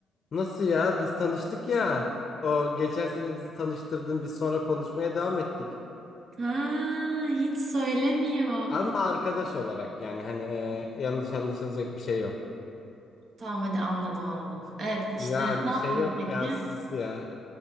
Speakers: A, on the left (about 45°); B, on the right (about 55°).
A: Nasıl ya biz tanıştık ya. O geçen sene bizi tanıştırdın biz sonra konuşmaya devam ettik.
B: Ha, hiç söylemiyor.
A: Ama arkadaş olarak yani hani e, yanlış anlaşılacak bir şey yok.
B: Tamam hadi anladım anladım. Evet işte
A: Ya bir
B: ne
A: şey
B: yaptın
A: yok
B: peki?
A: ya sus ya.